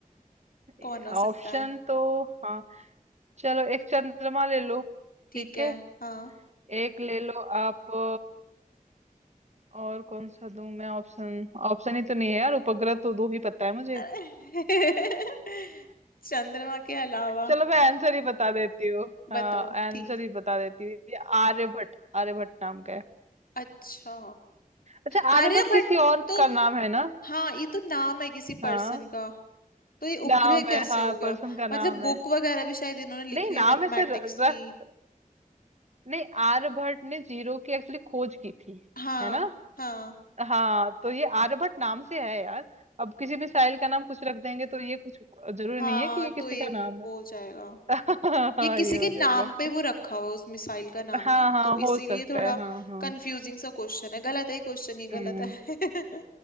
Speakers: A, on the left; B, on the right.
A: कौन
B: है
A: हो
B: ऑप्शन
A: सकता है
B: तो हाँ चलो एक चंद्रमा ले लो
A: ठीक
B: ठीक
A: है
B: है
A: हाँ
B: एक ले लो आप और कौन सा दूं मैं ऑप्शन ऑप्शन ही तो नहीं है यार उपग्रह तो दो ही पता है मुझे
A: अरे <laughs> चंद्रमा के अलावा
B: चलो मैं आंसर ही बता देती हूँ
A: बताओ
B: हाँ आंसर
A: ठीक है
B: ही बता देती हूँ ये आर्यभट्ट आर्यभट्ट नाम का है
A: अच्छा
B: अच्छा
A: आर्यभट्ट
B: आर्यभट्ट किसी और
A: तो
B: का नाम है ना
A: हाँ ये तो नाम है किसी पर्सन
B: हाँ
A: का तो ये उपग्रह
B: नाम
A: कैसे
B: है हाँ
A: हो गया
B: पर्सन का
A: मतलब
B: नाम है
A: बुक वगैरह भी शायद इन्होंने लिखी
B: नहीं नाम
A: हुई है मैथमेटिक्स
B: ऐसे र-
A: की
B: रख नहीं आर्यभट्ट ने जीरो की एक्चुअली खोज की थी
A: हाँ
B: है ना
A: हाँ
B: हाँ तो ये आर्यभट्ट नाम से है यार अब किसी भी साहिल का नाम कुछ रख देंगे तो ये कुछ जरूरी
A: हाँ
B: नहीं है कि ये किसी
A: तो ये
B: का
A: वो
B: नाम हो
A: हो जाएगा
B: <laughs> हाँ
A: ये किसी
B: ये हो
A: के
B: जाएगा
A: नाम पे वो रखा हुआ है उस मिसाइल का नाम
B: हाँ
A: ना
B: हाँ
A: तो
B: हो
A: इसीलिए
B: सकता
A: थोड़ा
B: है हाँ हाँ
A: कंफ्यूजिंग सा क्वेश्चन है गलत है ये क्वेश्चन ही
B: हम्म
A: गलत है